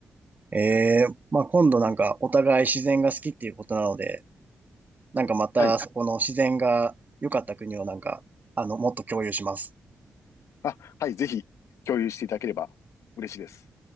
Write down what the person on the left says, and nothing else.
はい。
うん
はい。
あ、はい、ぜひ、共有していただければ嬉しいです。